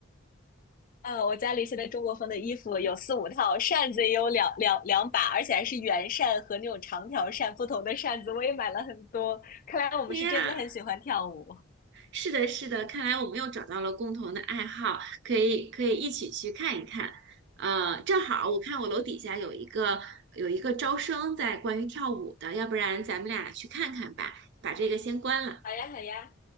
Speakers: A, on the left; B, on the right.
A: 呃，我家里现在中国风的衣服有四五套，扇子也有两两两把，而且还是圆扇和那种长条扇，不同的扇子我也买了很多。看来我们是真的很喜欢跳舞。
B: 天啊！是的，是的，看来我们又找到了共同的爱好，可以可以一起去看一看。呃，正好我看我楼底下有一个有一个招生在关于跳舞的，要不然咱们俩去看看吧，把这个先关了。
A: 好呀，好呀，